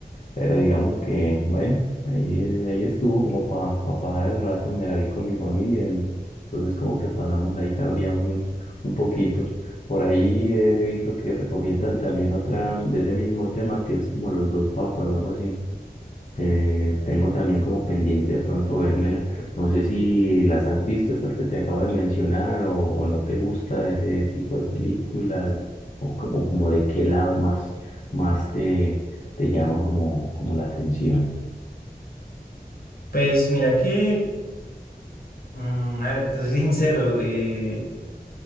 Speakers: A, on the left (about 45°); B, on the left (about 65°).
A: pero digamos que, bueno, ahí, ahí estuvo como para pasar el rato, me la vi con mi familia, en- entonces como que pasamos ahí, tardíamos un, un poquito. Por ahí he visto que recomiendan también otra de ese mismo tema que es como los dos papas o algo así. Eh, tengo también como pendiente de pronto vérmela. No sé si las has visto, estas que te acabo de mencionar, o, o no te gusta ese tipo de películas, o como, como de qué lado más, más te, te llaman como, como la atención.
B: Pues mira que, mm, a ver, te soy <laughs> sincero, eh,